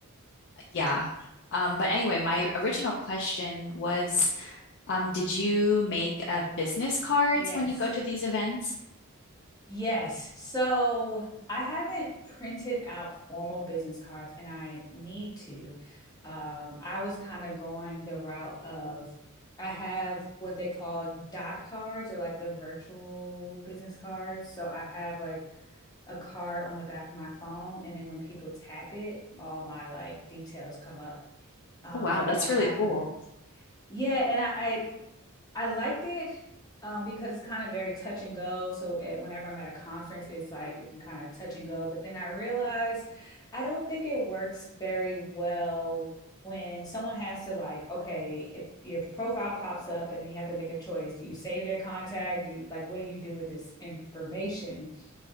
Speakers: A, on the left; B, on the left.
A: yeah. Um, but anyway, my original question was, um, did you make uh, business cards
B: Yes.
A: when you go to these events?
B: Yes. So I haven't printed out formal business cards and I need to. Um, I was kind of going the route of I have what they call dot cards or like the virtual business cards. So I have like a card on the back of my phone and then when people tap it, all my like details come up. Um,
A: Oh wow,
B: so that
A: that's
B: I don't
A: really
B: have
A: cool.
B: to. Yeah, and I, I liked it um, because it's kind of very touch and go. So at, whenever I'm at a conference, it's like you can kind of touch and go. But then I realized I don't think it works very well when someone has to like, okay, if your profile pops up and then you have to make a choice, do you save their contact? Do you like what do you do with this information?